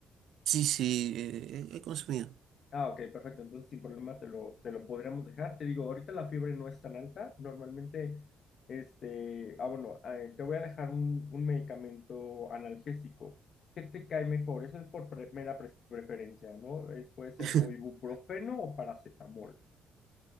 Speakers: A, on the right; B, on the left.
A: Sí, sí, eh, he he consumido.
B: Ah, ok, perfecto. Entonces, sin problema, te lo, te lo podríamos dejar. Te digo, ahorita la fiebre no es tan alta. Normalmente, este, ah, bueno, eh, te voy a dejar un, un medicamento analgésico. ¿Qué te cae mejor? Eso es por pre- mera pres- preferencia, ¿no? Es, puede ser
A: <laughs>
B: o ibuprofeno o paracetamol.